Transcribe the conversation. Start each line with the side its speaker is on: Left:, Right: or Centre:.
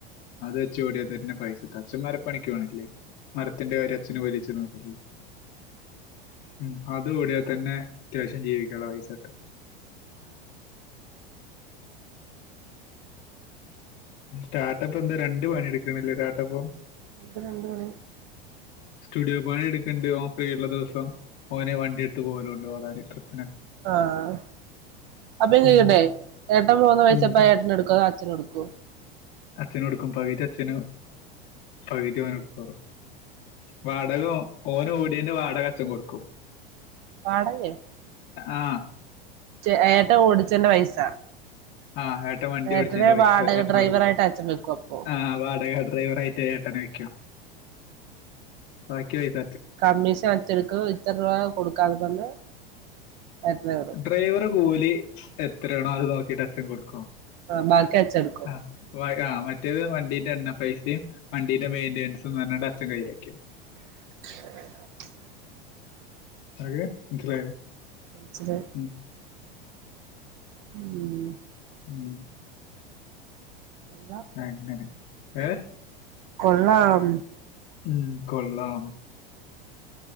Left: അത് വെച്ചോടിയാ തന്നെ പൈസ കിട്ടും അച്ചന്മാ പണിക്ക്പോണില്ലേ മരത്തിന്റെ കാര്യം അച്ഛൻ വലിയച്ചൻ നോക്കില്ലേ ഉ അത് ഓടിയാൽ തന്നെ അത്യാവശ്യം ജീവികാന്ള്ള പൈസട്ടും സ്റ്റാർട്ടപ്പ് എന്താ രണ്ട് പണിയ എടുക്കുന്നില്ലേ താത്തപ്പോ
Right: എന്ത് രണ്ട് പണി
Left: സ്റ്റുഡിയോ പണി എടുക്കണ്ട് ഓ ഫ്രീ ഉള്ള ദിവസം ഓനെ വണ്ടി എടുത്ത് പോലോണ്ട് വളരെ ട്രിപ്പ-
Right: ആഹ അപ്പോ ഞാൻ
Left: ഉം.
Right: ചോയിക്കട്ടെ ഏട്ടൻ പോണ പൈസ
Left: ഉം.
Right: പ്പം ഏട്ടൻ എടുക്കുവോ അതോ അച്ഛന കോടുക്കോ
Left: അച്ഛന് കൊടുക്കും പകുതി അച്ഛന് പകുതി ഓന് കൊടുക്കും വാടക ഓന് ഓടിയന്റെ വാടക അച്ഛൻ കൊടുക്കും
Right: പാടയെ <unintelligible>
Left: ആഹ
Right: ച ഏട്ടൻ ഓടിച്ചതിന്റ പൈസ
Left: ആഹ് ഏട്ടൻ വണ്ടി
Right: ഏട്ടനെ
Left: ഓടിച്ചതിന്റെ പൈസ
Right: വാടക
Left: ഏട്ടന്
Right: ഡ്രൈവറായിട്ട്
Left: കൊടുക്കും
Right: അച്ഛൻ വെക്കും അപ്പൊ
Left: ഹാ വാടക ഡ്രൈവർയിട്ട് എട്ടന വെക്കോ ബാക്കിപൈസ
Right: കമ്മീഷൻ അച്ഛന്ടുക്കോ എത്ര രൂപ കൊടുക്കാന്നാ പറഞ്ഞെ എത്ര
Left: ഡ്രൈവറെ കൂലി എത്രയാണോ അത് നോക്കിട്ട് അച്ഛൻ കൊടുക്കും
Right: ആഹ ബാക്കിഅച്ചെനേടുക്കും
Left: ആ ആ മറ്റേത് വണ്ടീന്റെ എണ്ണ പൈസയും വണ്ടീന്റെ മെയിന്റനൻസും പറഞ്ഞ് അച്ഛൻ കയ്യിലേക്കും
Right: <inaudible>
Left: ഓക്കേ മനസ്സിലായോ
Right: മനസ്സിലായി
Left: ഉം,
Right: ഉം
Left: ഉം
Right: കൊള്ളാം
Left: അങ്ങനെ ഏ
Right: കൊള്ളാം
Left: ഉം കൊള്ളാം